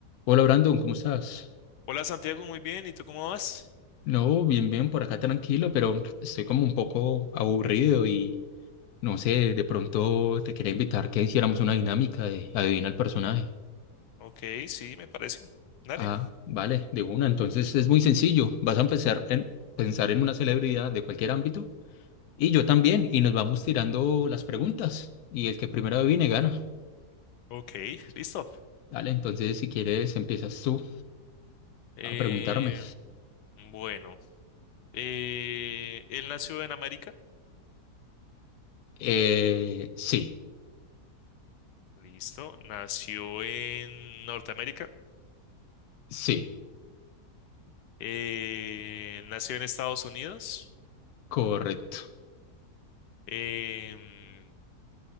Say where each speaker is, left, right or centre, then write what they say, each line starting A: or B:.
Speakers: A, on the left; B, on the left.
A: Hola Brandon, ¿cómo estás?
B: Hola Santiago, muy bien. ¿Y tú cómo vas?
A: No, bien, bien, por acá tranquilo, pero estoy como un poco aburrido y no sé, de pronto te quería invitar que hiciéramos una dinámica de adivina el personaje.
B: Ok, sí, me parece. Dale.
A: Ah, vale, de una. Entonces es muy sencillo. Vas a empezar en pensar en una celebridad de cualquier ámbito y yo también, y nos vamos tirando las preguntas y el que primero adivine gana.
B: Ok, listo.
A: Vale, entonces si quieres empiezas tú
B: Eh,
A: a preguntarme.
B: bueno, eh, él nació en América.
A: Eh, sí,
B: Listo. Nació en Norteamérica.
A: sí,
B: Eh, nació en Estados Unidos.
A: correcto.
B: Em,